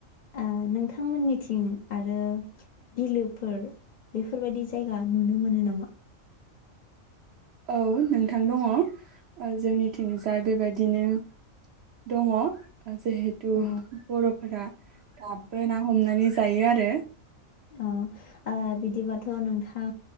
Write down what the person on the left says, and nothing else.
ओ नोंथांमोननिथिं आरो बिलोफोर बेफोरबायदि जायगा नुनो मोनो नामा?
अ
औ ओ बिदिबाथ' नोंथां